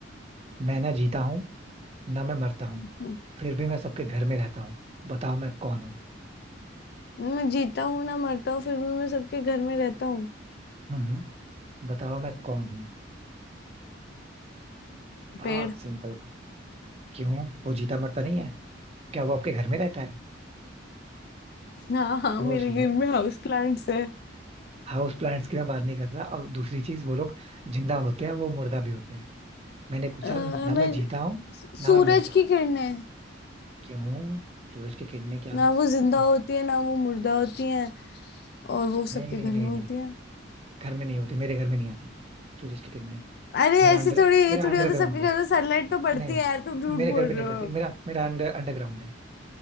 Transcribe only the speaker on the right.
मैं ना जीता हूँ ना मैं मरता हूँ
फिर भी मैं सबके घर में रहता हूँ बताओ मैं कौन हूँ
हम्म बताओ मैं कौन हूँ बहुत
सिंपल क्यों वो जीता मरता नहीं है क्या वो आपके घर में रहता है
सोच
लो
हाउस प्लांट्स की मैं बात नहीं कर रहा और दूसरी चीज वो लोग जिंदा होते हैं वो मुर्दा भी होते हैं मैंने पूछा
ना
मैं जीता हूँ
ना मैं मरता हूँ
क्यों सूरज की किरणें क्या
ओके
नहीं
नहीं
नहीं
नहीं
घर में नहीं होती मेरे घर में नहीं आती सूरज की किरणें
मेरा
अंडर
मेरा
अंडरग्राउंड
है
नहीं
मेरे
घर पे नहीं
पड़ती
मेरा मेरा अंडर अंडरग्राउंड है